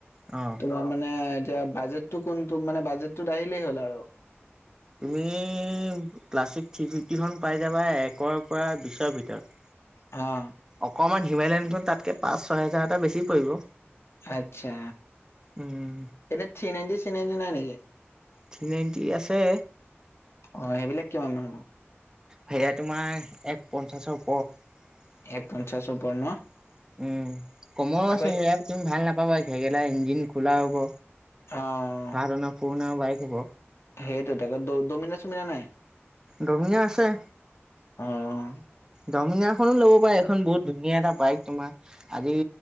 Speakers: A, on the right; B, on the left.
A: অহ।
B: তোমাৰ মানে এতিয়া বাজেটটো কোনটো, মানে বাজেটটোত আহিলেই হ'ল আৰু।
A: তুমি, ক্লাছিক থ্ৰী ফিফটিখন পাই যাবা, একৰ পৰা বিশৰ ভিতৰত।
B: অ'।
A: অকণমান হিমালয়নখন তাতকৈ পাঁচ, ছয় হেজাৰ এটা বেছি পৰিব।
B: আচ্ছা,
A: উম,
B: এনে থ্ৰি নাইনটি চিনাইনটি নাই নেকি?
A: থ্ৰী নাইণ্টি আছে।
B: অ', সেইবিলাক কিমান মান হ'ব।
A: হেয়া তোমাৰ, এক পঞ্চাশৰ ওপৰৰ। উম,
B: এক পঞ্চাশ ওপৰ ন?
A: কমৰ
B: আকৌ
A: আছে সেয়া। তুমি ভাল নাপাবা, ঘেগেলা ইঞ্জিন খোলা হ'ব।
B: অ',
A: সাত অনা পুৰণা বাইক হ'ব
B: সেইটোৱেটো ডমিনাৰ চমিনাৰ নাই।
A: দমীনাৰ আছে।
B: অ'।
A: ডমিনাাৰখনো ল'ব পাৰে, এখন বহুত ধুনীয়া এটা বাইক তোমাৰ। আজি